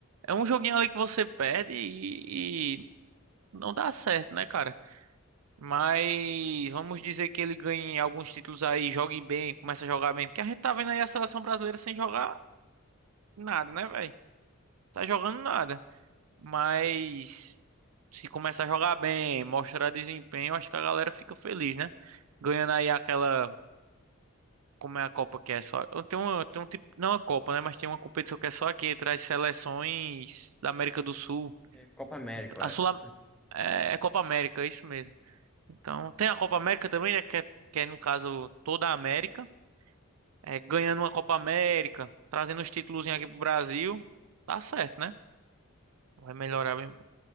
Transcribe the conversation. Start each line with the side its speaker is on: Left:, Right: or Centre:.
Right: é um joguinho ali que você perde e, e não dá certo, né, cara? Mas vamos dizer que ele ganhe alguns títulos aí, jogue bem, comece a jogar bem, porque a gente tá vendo aí a seleção brasileira sem jogar Nada, né, velho? Tá jogando nada. Mas se começar a jogar bem, mostrar desempenho, acho que a galera fica feliz, né? Ganhando aí aquela. Como é a Copa que é só. Tem um, tem um tipo. Não a Copa, né? Mas tem uma competição que é só aqui, traz seleções da América do Sul.
Centre: É Copa América,
Right: Então,
Centre: eu
Right: A
Centre: acho.
Right: Sul é, é Copa América, é isso mesmo. Então, tem a Copa América também, né? Que é, que é, no caso toda a América. É, ganhando uma Copa América, trazendo os títulos aqui pro Brasil. Tá certo, né? Vai melhorar
Centre: Isso.
Right: bem.